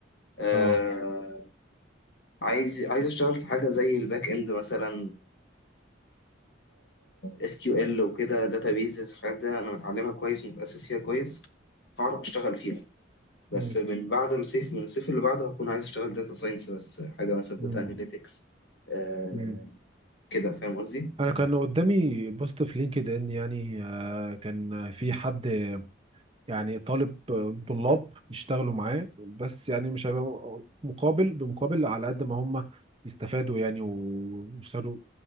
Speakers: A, on the left; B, on the right.
A: آه
B: اه
A: عايز عايز أشتغل في حاجة زي الباك إند مثلا اس كيو ال وكده داتا بيزز الحاجات ده أنا متعلمها كويس ومتأسس فيها كويس هعرف أشتغل فيها بس
B: مم.
A: من بعد الصيف من الصيف اللي بعده هكون عايز اشتغل داتا ساينس بس حاجه مثلا
B: مم.
A: داتا اناليتكس آه
B: مم.
A: كده فاهم قصدي
B: انا كان قدامي بوست في لينكد ان يعني آه، كان في حد يعني طالب آه، طلاب يشتغلوا معاه بس يعني مش هيبقى مقابل بمقابل على قد ما هم يستفادوا يعني ويشتغلوا